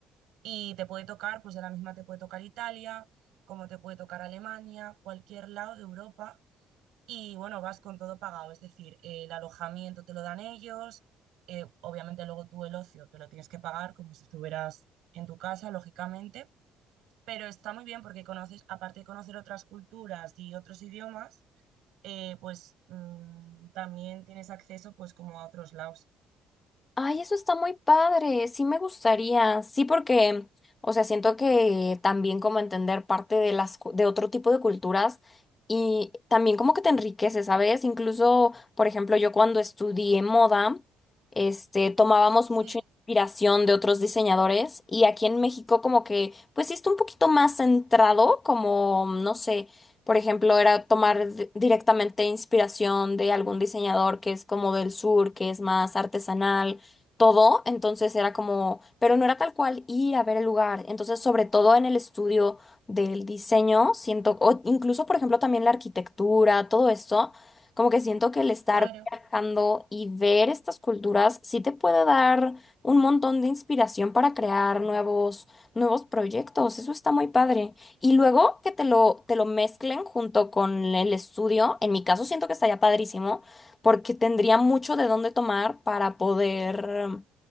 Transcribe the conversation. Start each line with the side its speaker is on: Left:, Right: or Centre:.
Right: Y te puede tocar, pues de la misma te puede tocar Italia, como te puede tocar Alemania, cualquier lado de Europa. Y bueno, vas con todo pagado, es decir, eh, el alojamiento te lo dan ellos, eh, obviamente luego tú el ocio te lo tienes que pagar como si estuvieras en tu casa, lógicamente, pero está muy bien porque conoces, aparte de conocer otras culturas y otros idiomas, eh, pues mm, también tienes acceso pues como a otros lados.
Left: Ay, eso está muy padre, sí me gustaría, sí porque, o sea, siento que también como entender parte de las, cu- de otro tipo de culturas y también como que te enriquece, ¿sabes? Incluso, por ejemplo, yo cuando estudié moda, este, tomábamos
Right: Sí,
Left: mucha inspiración de otros diseñadores y aquí en México como que, pues sí está un poquito más centrado, como, no sé, por ejemplo, era tomar di- directamente inspiración de algún diseñador que es como del sur, que es más artesanal todo, entonces era como, pero no era tal cual ir a ver el lugar, entonces sobre todo en el estudio del diseño, siento, o incluso por ejemplo también la arquitectura, todo esto, como que siento que el estar
Right: claro.
Left: viajando y ver estas culturas sí te puede dar un montón de inspiración para crear nuevos, nuevos proyectos, eso está muy padre. Y luego que te lo, te lo mezclen junto con el estudio, en mi caso siento que estaría padrísimo porque tendría mucho de dónde tomar para poder